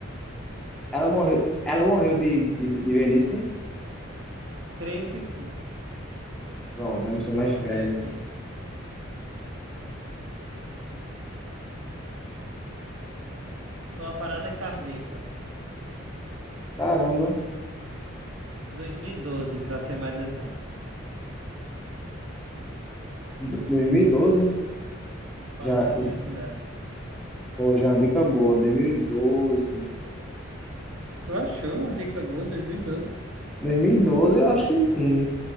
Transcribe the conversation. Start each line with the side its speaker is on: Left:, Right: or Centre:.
Centre: Ela morreu, ela morreu de, de, de velhice.
Right: Creio que sim.
Centre: Pronto,
Right: Deixa
Centre: é uma pessoa
Right: eu só
Centre: mais velha.
Right: ver aqui. Foi uma parada cardíaca.
Centre: Caramba,
Right: 2012, para ser mais exato.
Centre: do- 2012?
Right: O falecimento
Centre: Já,
Right: dela.
Centre: pô, já é uma dica boa. 2012.
Right: Tu achou uma dica boa, 2012.
Centre: 2012, eu acho que sim.